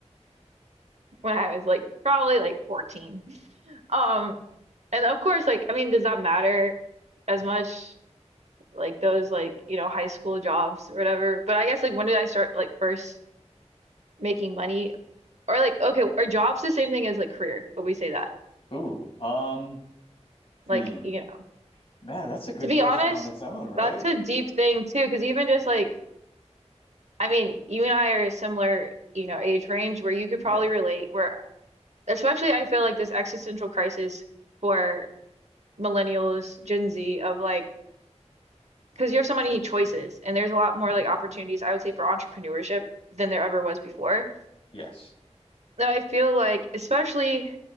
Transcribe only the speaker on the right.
when I was like probably like 14. Um, and of course, like I mean, does that matter as much like those like, you know, high school jobs or whatever? But I guess like when did I start like first making money? Or like okay, are jobs the same thing as like career? But we say that.
Like,
you know.
To be
honest,
that's a deep thing too, because even just like I mean, you and I are a similar, you know, age range where you could probably
relate, where especially I feel like this existential crisis for millennials, Gen Z of like, because you have so many choices and there's a lot more like opportunities, I would say, for entrepreneurship than there ever was before.
Now, I feel like, especially